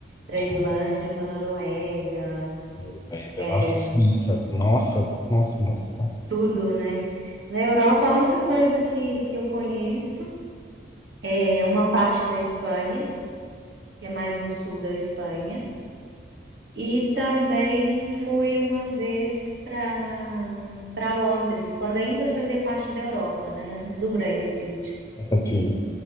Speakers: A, on the right (about 70°); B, on the left (about 20°).
A: Para
B: Sim,
A: Islândia, para Noruega,
B: Noruega,
A: é,
B: nossa, Suíça, nossa, nossa, nossa, nossa.
A: tudo, né? Na Europa, a única coisa que, que eu conheço é uma parte da Espanha, que é mais no sul da Espanha. E também fui uma vez para para Londres, quando ainda fazia parte da Europa, né? Antes do Brexit.
B: Assim,